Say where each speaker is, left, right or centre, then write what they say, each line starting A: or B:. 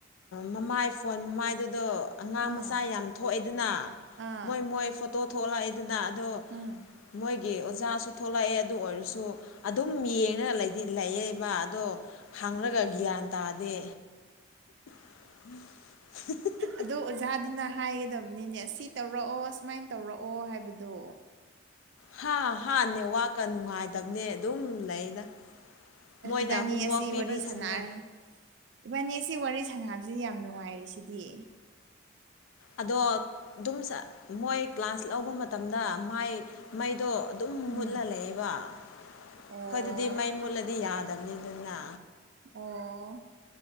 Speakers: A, on the left; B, on the right.
A: ꯃꯃꯥꯏ ꯐꯣꯟ ꯃꯃꯥꯏꯗꯨꯗꯣ ꯑꯉꯥꯡ
B: ꯑꯥ
A: ꯃꯆꯥ ꯌꯥꯝ ꯊꯣꯛꯑꯦꯗꯅ
B: ꯑꯥ
A: ꯃꯣꯏ ꯃꯣꯏ ꯐꯣꯇꯣ ꯊꯣꯛꯂꯛꯑꯦꯗꯅ ꯑꯗꯣ
B: ꯎꯝ
A: ꯃꯣꯏꯒꯤ ꯑꯣꯖꯥꯁꯨ ꯊꯣꯛꯂꯛꯑꯦ ꯑꯗꯨ ꯑꯣꯏꯔꯁꯨ ꯑꯗꯨꯝ ꯌꯦꯡꯅ ꯂꯩꯌꯦꯕ ꯑꯗꯣ ꯈꯪꯂꯒ ꯒ꯭ꯌꯥꯟ ꯇꯥꯗꯦ <inaudible>
B: ꯑꯗꯣ ꯑꯣꯖꯥꯗꯨꯅ ꯍꯥꯏꯒꯗꯕꯅꯤꯅꯦ ꯁꯤ ꯇꯧꯔꯛꯑꯣ ꯁꯨꯃꯥꯏꯅ ꯇꯧꯔꯛꯑꯣ ꯍꯥꯏꯕꯗꯣ
A: ꯍꯥ ꯍꯥ ꯅꯦꯋꯥꯛꯀ ꯅꯨꯡꯉꯥꯏꯗꯕꯅꯦ ꯑꯗꯨꯝ ꯂꯩꯗ ꯃꯣꯏꯅ
B: ꯏꯕꯥꯅꯤ
A: ꯍꯣꯝꯋꯥꯛ
B: ꯑꯁꯤ
A: ꯄꯤꯕꯁꯤꯡꯗꯣ
B: ꯋꯥꯔꯤ ꯁꯥꯟꯅꯩ ꯏꯕꯥꯅꯤ ꯁꯤ ꯋꯥꯔꯤ ꯁꯥꯟꯅꯕꯁꯤ ꯌꯥꯝ ꯅꯨꯡꯉꯥꯏꯔꯤꯁꯤꯗꯤ
A: ꯑꯗꯣ ꯑꯗꯨꯝ ꯃꯣꯏ ꯀ꯭ꯂꯥꯁ ꯂꯧꯕ ꯃꯇꯝꯗ ꯃꯥꯏ ꯃꯩꯗꯣ ꯑꯗꯨꯝ
B: ꯎꯝ
A: ꯃꯨꯠꯂ ꯂꯩꯌꯦꯕ ꯑꯩꯈꯣꯏ
B: ꯑꯣ
A: ꯑꯗꯨꯗꯤ ꯃꯩ ꯃꯨꯠꯂꯗꯤ ꯌꯥꯗꯕꯅꯤ ꯑꯗꯨꯅ
B: ꯑꯣ